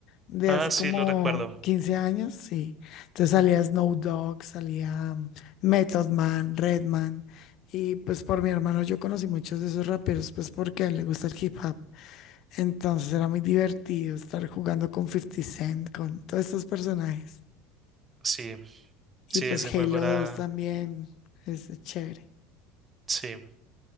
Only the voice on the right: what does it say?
Ah,
sí,
lo recuerdo.
Sí, sí,
ese juego
era...
Sí, a